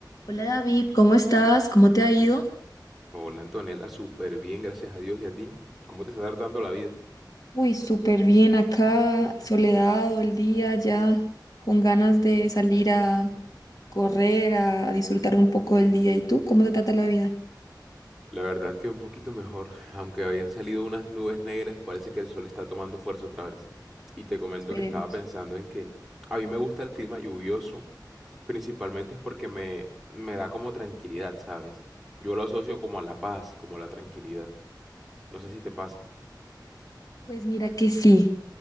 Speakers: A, on the left (about 50°); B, in the centre.
A: Hola David, ¿cómo estás? ¿Cómo te ha ido?
B: Hola Antonella, súper bien, gracias a Dios y a ti. ¿Cómo te está dando la vida?
A: Uy, súper bien acá, soleado el día ya, con ganas de salir a correr, a, a disfrutar un poco del día. ¿Y tú? ¿Cómo te trata la vida?
B: La verdad que un poquito mejor, <laughs> aunque habían salido unas nubes negras, parece que el sol está tomando fuerza otra vez. Y te comento
A: Esperemos.
B: que estaba pensando en que a mí me gusta el clima lluvioso, principalmente es porque me, me da como tranquilidad, ¿sabes? Yo lo asocio como a la paz, como a la tranquilidad. No sé si te pasa.
A: Pues mira que sí,